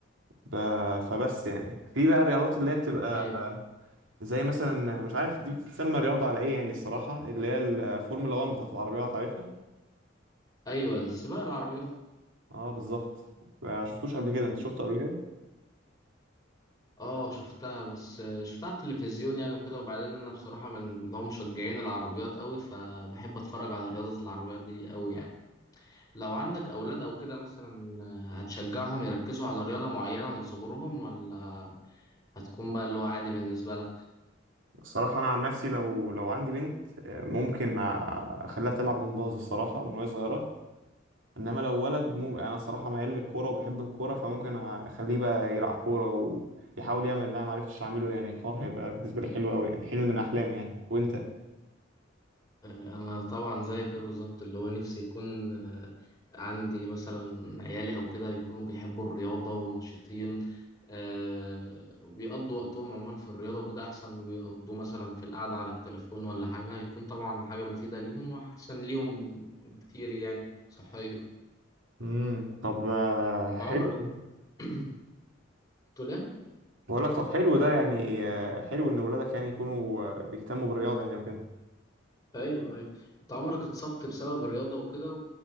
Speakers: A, on the right (about 80°); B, on the left (about 20°).
A: ب... فبس يعني في بقى الرياضات اللي هي بتبقى
B: ايوه
A: زي مثلا مش عارف دي بتتسمى رياضة على ايه يعني الصراحة اللي هي الفورمولا 1 بتاعت العربيات عارفها
B: ايوه السباق العربيات
A: اه بالظبط ما شفتوش قبل كده انت شفته قبل كده
B: اه شفتها بس آه، شفتها على التلفزيون يعني وكده وبعدين انا بصراحه من اللي هو مشجعين العربيات قوي فبحب اتفرج على رياضه العربيات دي قوي يعني لو عندك اولاد او كده مثلا آه، هتشجعهم يركزوا على رياضه معينه من صغرهم ولا هتكون بقى اللي هو عادي بالنسبه لك
A: الصراحه انا عن نفسي لو لو عندي بنت آه، ممكن آه، اخليها تلعب جمباز الصراحه من وهي صغيره انما لو ولد مو... انا صراحه ميال للكوره وبحب الكوره فممكن اخليه بقى يلعب كوره ويحاول يعمل اللي انا ما عرفتش اعمله يعني الحوار هيبقى بالنسبه لي حلو قوي يعني حلم من احلامي يعني وانت
B: آه، انا طبعا زي كده بالظبط اللي هو نفسي يكون آه، عندي مثلا عيالي او كده يكونوا بيحبوا الرياضه ونشيطين آه، بيقضوا وقتهم عموما في الرياضه وكده احسن ما بيقضوا مثلا في القعده على التليفون ولا حاجه هيكون طبعا حاجه مفيده ليهم واحسن ليهم بكتير يعني صحيه
A: امم طب آه، حلو
B: عمرك <clears throat> قلت له
A: بقول لك طب حلو ده يعني آه، حلو ان ولادك يعني يكونوا آه، بيهتموا بالرياضه يعني وكده
B: ايوه ايوه انت عمرك اتصبت بسبب الرياضه وكده